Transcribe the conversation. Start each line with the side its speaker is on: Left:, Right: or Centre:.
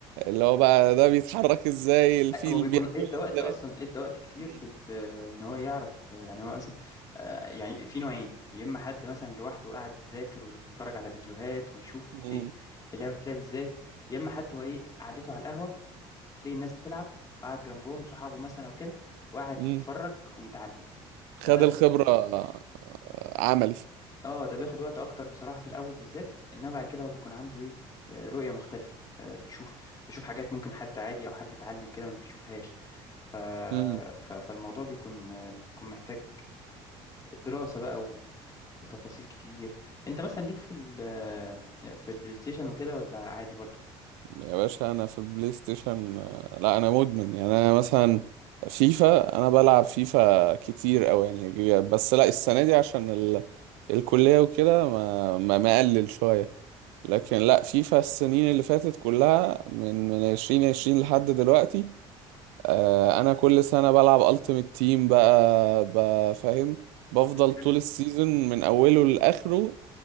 Right: اللي هو بقى ده بيتحرك ازاي الفيل
Left: هو بيكون
Right: بياكل
Left: ادى وقت
Right: ازاي
Left: اصلا ادى وقت كتير
Right: <laughs>
Left: في ال- ان هو يعرف يعني هو مثلا آه، يعني في نوعين يا اما حد مثلا لوحده قاعد يذاكر ويتفرج على فيديوهات ويشوف
Right: م- م-
Left: ايه اللعبه بتتلعب ازاي يا اما حد هو ايه قعدته على القهوه ليه الناس بتلعب قعد جنبهم صحابه مثلا او كده وقعد
Right: م.
Left: يتفرج ويتعلم
Right: خد
Left: فده
Right: الخبره آه، عملي
Left: اه ده بياخد وقت اكتر بصراحه في الاول بالذات انما بعد كده هو بيكون عنده ايه آه، رؤيه مختلفه آه، بيشوف بيشوف حاجات ممكن حد عادي او حد اتعلم كده ما بيشوفهاش ف...
Right: م-
Left: ف... فالموضوع بيكون بيكون محتاج دراسة بقى و... وتفاصيل كتير انت مثلا ليك في ال... في البلاي ستيشن وكده ولا عادي برضو
Right: يا باشا انا في البلاي ستيشن آه، لا انا مدمن يعني انا مثلا فيفا انا بلعب فيفا كتير قوي يعني بس لا السنه دي عشان ال... الكليه وكده ما ما مقلل شويه لكن لا فيفا السنين اللي فاتت كلها من من 2020 لحد دلوقتي آه، انا كل سنه بلعب التيمت تيم بقى بقى فاهم بفضل
Left: طب حلو
Right: طول السيزون من اوله لاخره